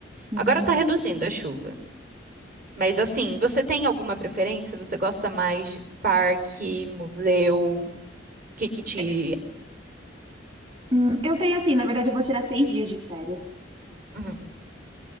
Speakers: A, on the right; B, on the right.
A: Entendi.
B: Agora está reduzindo a chuva. Mas assim, você tem alguma preferência? Você gosta mais de parque, museu? O que que te.
A: E- hum, Eu tenho, assim, na verdade, eu vou tirar seis dias de férias.
B: Uhum,